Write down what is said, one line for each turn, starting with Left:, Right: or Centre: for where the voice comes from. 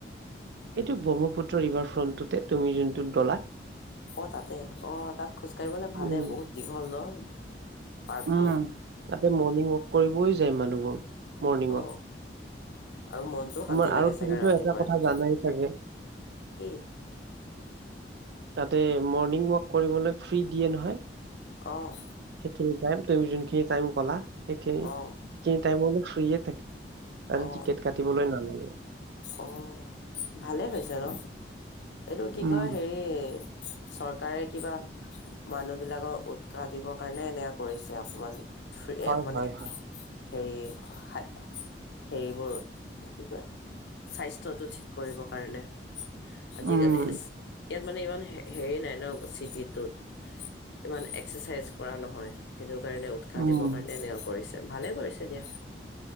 Right: এইটো ব্ৰহ্মপুত্ৰ ৰিভাৰ ফ্ৰণ্টটোতে তুমি যোনটোত গ'লা
Left: অ' তাতে অ' তাত খোজ কাঢ়িবলৈ ভালে
Right: উম।
Left: বহুত দীঘল ন' পাৰ্কটো
Right: উম তাতে মৰ্ণিংৱাক কৰিবই যায় মানুহবোৰ মৰ্ণিঙত।
Left: অ আৰু মনটোও শান্তি
Right: তোমাৰ
Left: লাগে
Right: আৰু
Left: চাগে
Right: তুমিতো
Left: ৰাতিপুৱা
Right: এটা কথা
Left: ৰাতিপুৱা
Right: জানাই চাগে
Left: কি?
Right: তাতে মৰ্ণিংৱাক কৰিবলৈ ফ্ৰী দিয়ে নহয়।
Left: অ'।
Right: সেইখিনি টাইম তুমি যোনখিনি টাইম কলা সেইখিনি
Left: অ
Right: সেইখিনি টাইম ফ্ৰীয়ে থাকে, তাৰে
Left: অ
Right: টিকেট কাটিবলৈ নালাগে।
Left: অ' ভালেই হৈছে ন'। এইটো কি
Right: উম।
Left: কয় হেৰি চৰকাৰে কিবা মানুহবিলাকৰ উৎসাহ দিবৰ কাৰণে এনেকে কৰিছে অকমান ফ্ৰী
Right: হয়
Left: মানে
Right: হয় হয়।
Left: হেৰি-হেৰিবোৰ কি কয় স্বাস্থ্যটো ঠিক কৰিবৰ কাৰণে, আজিকালি
Right: উম
Left: ইয়াত মানে ইমান হেৰি নাই ন' চিটিটোত ইমান এক্সাৰচাইজ কৰা নহয় সেইটো সেই কাৰণে উৎসাহ
Right: উম।
Left: দিবৰ কাৰণে এনেকা কৰিছে, ভালে কৰিছে দিয়া।